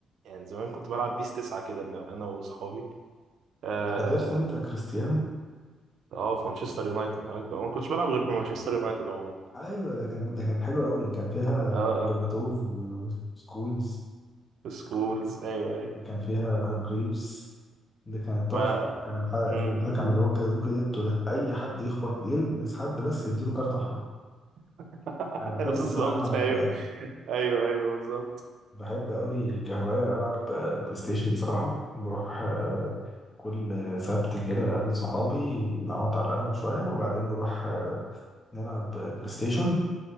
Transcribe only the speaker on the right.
يعني زمان كنت بلعب بيس تسعة كده انا انا واصحابي اه
اه في مانشستر يونايتد انا أنا ما كنتش بلعب غير بمانشستر يونايتد عموما
اه
آه، سكولز ايوه ايوه
ف
مم.
<laughs>
بالظبط
ايوه ايوه ايوه بالظبط